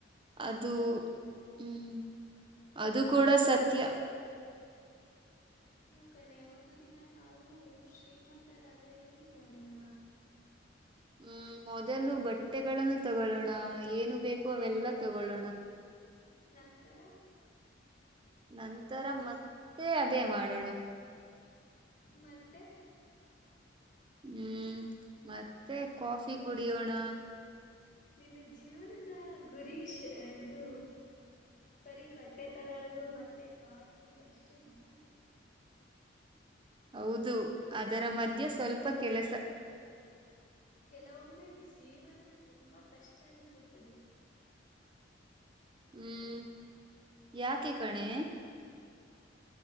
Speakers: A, on the right; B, on the left.
A: ಅದು ಹ್ಮ್ ಅದು ಕೂಡ ಸತ್ಯ
B: ಹ್ಮ ಕಣೆ ಒಂದು ದಿನ ನಾವು ಶ್ರೀಮಂತರಾದ್ರೆ ಏನು ಮಾಡೋಣ
A: ಹ ಹ್ಮ್ ಮೊದಲು ಬಟ್ಟೆಗಳನ್ನು ತಗೊೊಳ್ಳೋಣ ಏನು ಬೇಕು ಅವೆಲ್ಲಾ ತಗೊೊಳ್ಳೋಣ ಹ
B: ನಂತರ.
A: ನಂತರ ಮತ್ತೆ ಅದೇ ಮಾಡೋಣ.
B: ಮತ್ತೆ.
A: ಹ್ಮ್ ಮತ್ತೆ ಕಾಫಿ ಕುಡಿಯೋಣ.
B: ನಿನ್ನ ಜೀವನದ ಗುರೀಶ ಇದು ಬರೀ ಬಡ್ಟ್ಟೆ ತಗೊಳ್ಳದು ಮತ್ತೆ ಕಾಫಿ ಅಷ್ಟೇನಾ
A: ಹೌದು ಅದರ ಮಧ್ಯೆ ಸ್ವಲ್ಪ ಕೆಲಸ
B: ಕೆಲವೊಮ್ಮೆ ಜೀವನ ತುಂಬಾ ಕಷ್ಟ ಅನಿಸುತ್ತದೆ
A: ಹ್ಮ್ ಯಾಕೆ ಕಣೆ